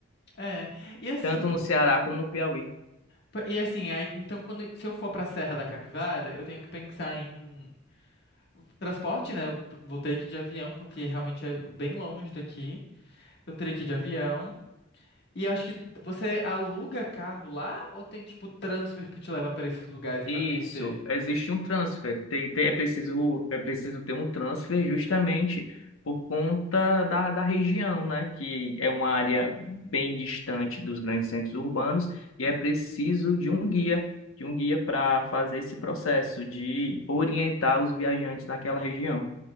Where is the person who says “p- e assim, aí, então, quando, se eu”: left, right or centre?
Left